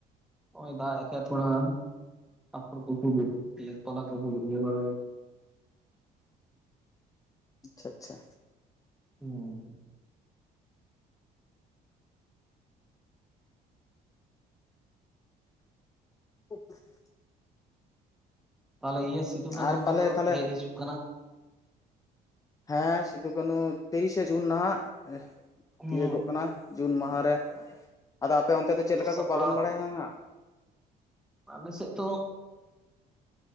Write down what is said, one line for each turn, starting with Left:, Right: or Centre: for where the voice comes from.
Centre: ᱱᱚᱜᱼᱚᱭ ᱫᱟᱜ ᱮᱫ ᱛᱷᱳᱲᱟ ᱟᱯᱷᱚᱨ ᱠᱚᱠᱚ ᱜᱮ ᱛᱚᱞᱟ ᱠᱚ ᱦᱩᱭᱩᱜ ᱜᱮᱭᱟ <unintelligible>
Left: ᱟᱪᱪᱷᱟ ᱟᱪᱪᱷᱟ
Centre: ᱦᱩᱸ
Left: <unintelligible>
Centre: ᱛᱟᱦᱚᱞᱮ ᱤᱭᱟᱹ ᱥᱤᱫᱩ ᱠᱟᱹᱱᱦᱩ
Left: ᱟᱨ ᱯᱟᱞᱮ
Centre: ᱫᱚ
Left: ᱛᱟᱦᱞᱮ
Centre: ᱦᱮᱡ ᱦᱤᱡᱩᱜ ᱠᱟᱱᱟ᱾
Left: ᱦᱮᱸ ᱥᱤᱫᱩ ᱠᱟᱹᱦᱱᱩ ᱛᱤᱨᱤᱥᱮ ᱡᱩᱱ ᱱᱟᱦᱟᱸᱜ
Centre: ᱦᱩᱸ
Left: ᱛᱤᱭᱟᱹᱜᱚᱜ ᱠᱟᱱᱟ ᱡᱩᱱ ᱢᱟᱦᱟᱸ ᱨᱮ ᱟᱫᱚ ᱟᱯᱮ ᱚᱱᱛᱮ ᱫᱚ ᱪᱮᱫ
Centre: ᱛᱚ
Left: ᱞᱮᱠᱟ
Centre: ᱥᱟᱯᱲᱟᱣ
Left: ᱠᱚ ᱯᱟᱞᱚᱱ ᱵᱟᱲᱟᱭᱟ ᱦᱟᱸᱜ?
Centre: ᱟᱢ ᱥᱮᱫ ᱫᱚ